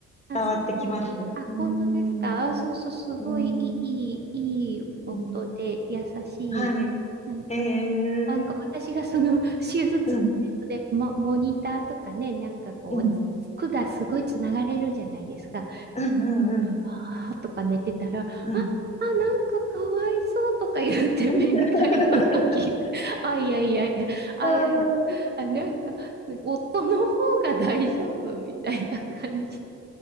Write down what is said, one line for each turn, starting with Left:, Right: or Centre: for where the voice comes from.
Right: あ、
Left: 伝わってきます。
Right: そうです。
Left: うーん、
Right: あ、本当ですか。あ、そうそう、すごいいい、
Left: うーん、
Right: いい音で、
Left: うん、
Right: 優し
Left: はい。
Right: い。なんか、
Left: ええー、
Right: なんか私がその手術で、
Left: うん、
Right: モモニターとかね、なんかこう、
Left: うん、
Right: 管すごいつながれるじゃないですか。
Left: うん、うん、うん、
Right: あーとか寝てたら、あ、
Left: うん
Right: あ、なんかかわいそうとか言って面会の時、
Left: <laughs>。
Right: <laughs> あ、いやいやいや、あ、
Left: あー
Right: いやいや、あ、なんか、夫の方が大丈夫みたいな感じ。